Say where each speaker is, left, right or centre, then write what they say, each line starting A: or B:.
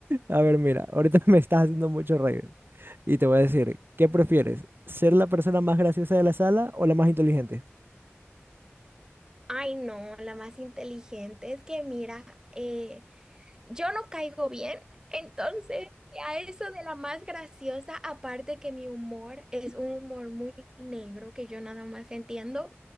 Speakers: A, on the right; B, on the right.
A: A ver, mira, ahorita <laughs> me estás haciendo mucho reír y te voy a decir, ¿qué prefieres? ¿Ser la persona más graciosa de la sala o la más inteligente?
B: Ay, no, la más inteligente. Es que mira, eh, yo no caigo bien, entonces a eso de la más graciosa, aparte que mi humor es un humor muy negro que yo nada más entiendo,